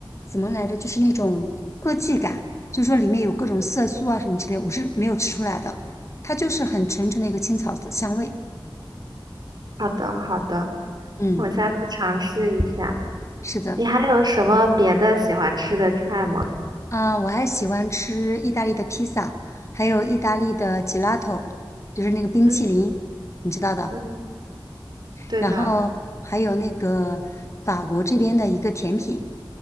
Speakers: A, on the left; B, on the right.
A: 怎么来着，就是那种科技感，就是说里面有各种色素啊什么之类，我是没有吃出来的。它就是很纯纯的一个青草的香味。
B: 好的，好的，
A: 嗯，
B: 我下次尝试一下。
A: 是的，
B: 你还有什么别的喜欢吃的菜吗？
A: 啊，我还喜欢吃意大利的披萨，还有意大利的 gelato，就是那个冰淇淋，
B: 嗯
A: 你知道的。
B: 嗯，对的，
A: 然后还有那个法国这边的一个甜品，